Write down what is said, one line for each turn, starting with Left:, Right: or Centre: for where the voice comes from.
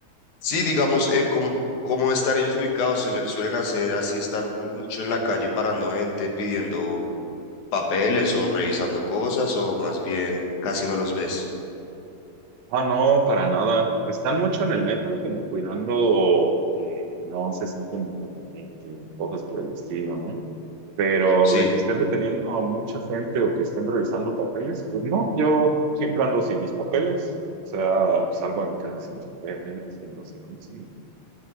Left: Sí, digamos, eh, ¿cómo, cómo están ellos ubicados? Suele- suelen hacer así, estar mucho en la calle parando gente, pidiendo papeles o revisando cosas, o más bien casi no los ves.
Right: Ah, no, para nada. Están mucho en el metro como cuidando que no se sienten inconvenientes o cosas por el estilo, ¿no? Pero
Left: Sí.
Right: de que estén deteniendo a mucha gente o que estén revisando papeles, pues no, yo siempre ando sin mis papeles. O sea, salgo de mi casa sin mis papeles y ando así como si no.